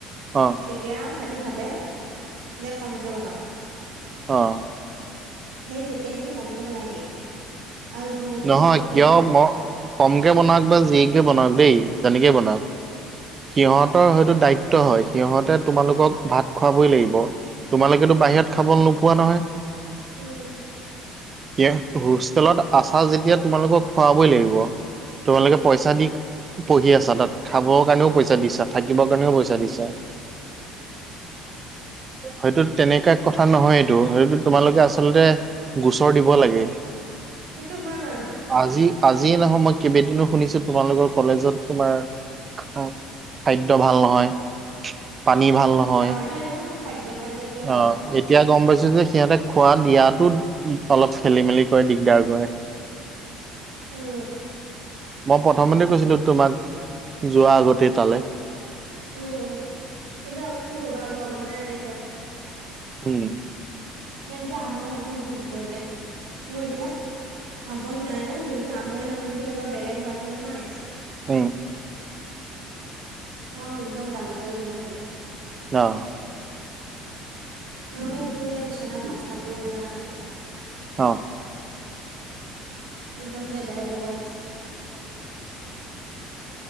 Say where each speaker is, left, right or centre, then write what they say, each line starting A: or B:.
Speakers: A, on the right; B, on the right.
A: অঁ
B: তেতিয়া সেতি ভাবে যে কমকে বনাও।
A: অঁ
B: সেই তেতিয়া সেঁতে কমকে বনাই দিয়ে, আৰু যোনদিনাখনে
A: নহয়
B: কমকে
A: কিয়
B: বনাই-
A: মই কমকে বনাওক বা যিকে বনাওক দেই যেনেকে বনাওক। সিহঁতৰ হয়তো দায়িত্ব হয়, সিহঁতে তোমালোকক ভাত খোৱাবই লাগিব। তোমালোকেতো বাহিৰত খাব নোপোৱা নহয়।
B: উম
A: স হোষ্টেলত আছা যেতিয়া তোমালোকক- খুৱাবই লাগিব, তোমালোকে পইচা দি পঢ়ি আছা তাত। খাবৰ কাৰণেও
B: উম
A: পইচা দিছা থাকিবৰ কাৰণেও পইচা দিছা। হয়টো, তেনেকা কথা নহয় এইটো, সেইটো তোমালোকে আচলতে গোচৰ দিব লাগে।
B: সেইটো হয় বাৰু।
A: আজি, আজিয়ে নহয় মই কেইবাদিনো শুনিছো তোমালোকৰ কলেজত তোমাৰ খাদ্য ভাল নহয়, পানী ভাল নহয়।
B: আমাৰতো খাদ্য পানী একোৱে ভাল
A: অ'।
B: নহয়
A: এতিয়া গম পাইছো যে সিহঁতে খোৱা দিয়াতো অলপ খেলি- মেলি কৰে, দিগদাৰ কৰে। <unintelligible>
B: উ'ম।
A: মই প্ৰথমতে কৈছিলো তোমাক যোৱা আগতে তালৈ।
B: উ'ম, কিন্তু কি কৰিবা ঘৰৰ মানুহে আহিছে?
A: উ'ম।
B: যেনেকে আমৈয়ে বহুত যোৰ কৰিলে মোৰ এতিয়া আমৈ যায় নে, যদি আমৈ নহৈ যদি কোনোবা বেলেগ হোৱাহেতেন নহয়।
A: উ'ম।
B: মই একদম গালি পাৰি দিলোঁহেঁতেন।
A: অ'।
B: মই গোটেই বিছনাত পাঁচটা পৰিলে জানা নে?
A: অ'।
B: একদম জেগাই, জেগাই।